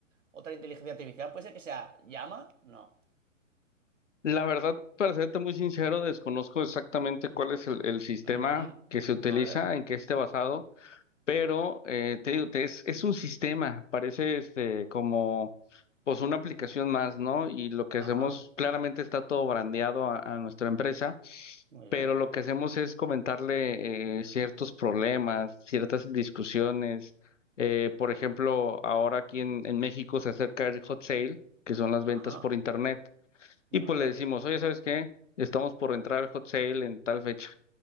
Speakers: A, on the right (about 70°); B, on the left (about 65°).
A: Otra inteligencia artificial puede ser que sea llama, no.
B: La verdad, para serte muy sincero, desconozco exactamente cuál es el, el sistema
A: Ujú,
B: que se utiliza,
A: Vale,
B: en qué esté basado. Pero eh, te digo, te- es, es un sistema, parece este como pues una aplicación más, ¿no? Y lo que
A: ajá,
B: hacemos, claramente está todo brandeado a, a nuestra empresa,
A: muy
B: pero
A: bien,
B: lo que hacemos es comentarle eh, ciertos problemas, ciertas discusiones. Eh, por ejemplo, ahora aquí en, en México se acerca el hot sale, que son las
A: ajá,
B: ventas por internet, y
A: vale,
B: pues le decimos, oye, ¿sabes qué? Estamos por entrar al hot sale en tal fecha.